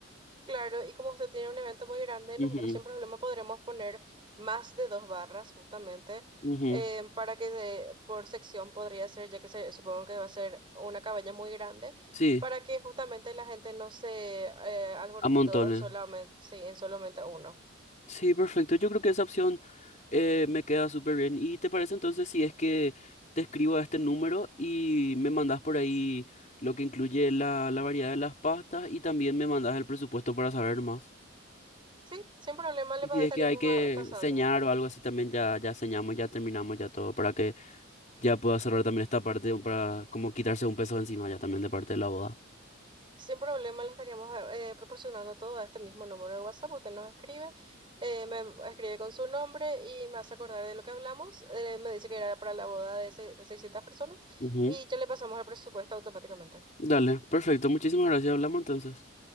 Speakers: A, on the right; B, on the left.
A: Claro, y como usted tiene un evento muy grande,
B: Ujú,
A: nosotros sin problema podremos poner más de dos barras justamente
B: ujú.
A: eh, para que se- por sección podría ser, ya que se, supongo que va a ser una cabaña muy grande,
B: Sí.
A: para que justamente la gente no se eh, alborote
B: A montones.
A: todo en solamente, sí, en solamente uno.
B: Sí, perfecto. Yo creo que esa opción eh, me queda súper bien. ¿Y te parece entonces si es que te escribo a este número y me mandas por ahí lo que incluye la, la variedad de las pastas y también me mandas el presupuesto para saber más?
A: Sí, sin problema
B: Y
A: le
B: si
A: pa-
B: es
A: estaríamos
B: que hay que
A: va- pasando.
B: señar o algo así también, ya, ya señamos, ya terminamos ya todo, para que ya pueda cerrar también esta parte, para como quitarse un peso encima ya también de parte de la boda.
A: Sin problema le estaríamos eh, eh, proporcionando todo a este mismo número de WhatsApp. Usted nos escribe, eh, me escribe con su nombre y me hace acordar de lo que hablamos. Eh, me dice que era para la boda de, se- de 600 personas
B: Ujú, ujú.
A: y ya le pasamos el presupuesto automáticamente.
B: Dale, perfecto. Muchísimas gracias. Hablamos entonces.